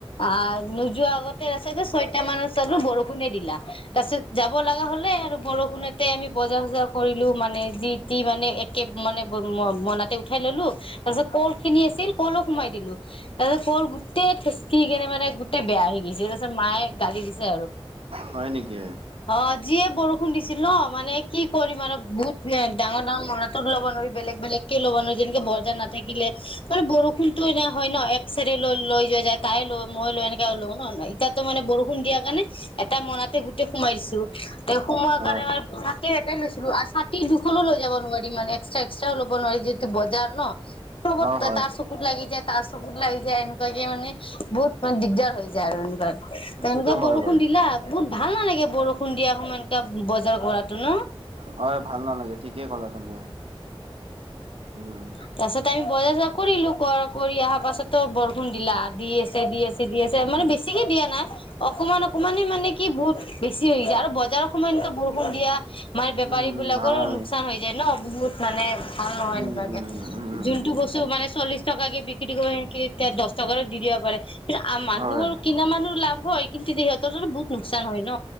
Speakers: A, on the left (about 65°); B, on the right (about 70°).
A: আহ নোযোৱা আগতে ছয়তা মান বৰষুণে দিলা, তাৰ পিছত যাব লগা হ'লে আৰু বৰষুণতে আমি বজাৰ-চজাৰ কৰিলোঁ মানে যি টি মানে, একে মানে মোনাতে উঠাই ল'লো তাৰ পিছত কল খিনি আছিল, কলো সোমাই দিলোঁ। তাৰ পাছত কল গোটেই ঠেচি কেনে মানে গোটেই বেয়া হৈ গৈছে, তাৰ পিছত মায়ে গালি দিছে।
B: হয় নেকি
A: অ', যিয়ে ব ছিল ন', মানে কি কৰিম আৰু বহুত ডাঙৰ, ডাঙৰ মোনাতটো ল'ব নোৱাৰি বেলেগ, বেলেগ। ল'বানো যেনেকে বজাৰ নাথাকিলে, মানে বৰষুণটো এনেকা হয় ন', এক চাইডে লৈ, লৈ যোৱা যায়। তাই লয়, মই লৈ এনেকে লওঁ ন', এতিয়াটো মানে বৰষুণ দিয়া কাৰণে এটা মোনাতে গোটেই সোমাই দিছোঁ, ত' সোমোৱাৰ
B: হয়
A: কাৰণে <unintelligible> এটাই লৈছিলোঁ আৰু চ দুখনো লৈ যাব নোৱাৰি মানে, এক্সট্ৰা এক্সট্ৰাকেও ল'ব নোৱাৰি, যিহেতু বজাৰ ন'। তাৰ
B: অ হয়
A: চকুত লাগি যায়, তাৰ চকুত লাগি যায় এনেকুৱাকে মানে বহুত মানে দিগদাৰ হৈ যায় আৰু,
B: সেইটোতো
A: তেনেকুৱা
B: হয়
A: বৰ
B: বাৰু
A: লা বহুত ভাল নালাগে বৰষুণ দিয়া সময় একা বজাৰ কৰাতো ন?
B: হয় ভাল নালাগে ঠিকেই ক'লা তুমি। উম
A: তাৰ পাছত আমি বজাৰ চজাৰ কৰিলো, কৰ কৰি অহাৰ পাছতো বৰষুণ দিলা দি আছে দি আছে বেছি দি আছে মানে
B: উম
A: বেছিকে দিয়া নাই অকমান অকমানে মানে কি বহুত বেছি হৈ যায় আৰু বজাৰৰ সময় এনেক বৰষুণ দিয়া আমাৰ বেপাৰী
B: উম উম
A: বিলাকৰো
B: ভাল নালাগে
A: লোকচান হৈ যায় ন বহুত মানে ভাল নহয়
B: উম
A: এনেকুৱাকে।
B: উম উম উম
A: যোনটো বস্তু মানে চল্লিশ টকাকে বিক্ৰী কৰি সেকে দহ টকাৰো দি দিব পাৰে। কিন্তু মানুহৰ
B: হয়
A: কিনা মানুহৰ লাভ হয় কিন্তু সিহঁতৰো বহুত লোকচান হয় ন।